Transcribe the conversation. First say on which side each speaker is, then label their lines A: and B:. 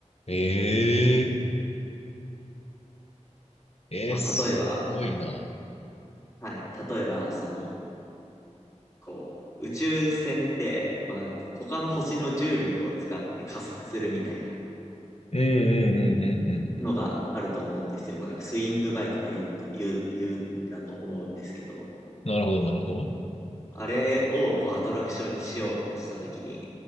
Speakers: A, on the left; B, on the left.
A: えええー、
B: まあ、
A: すごいな。
B: 例えば、はい、例えば、その、こう、宇宙船って、こうなんか他の星の重力を使って加速するみたいな。
A: うんうんうんうんうん。
B: のがあると思うんですよ。なんかスイングバイとか言うんと、言う、言うんだと思うんですけど、
A: なるほど、なるほど。
B: あれをこうアトラクションにしようとしたときに、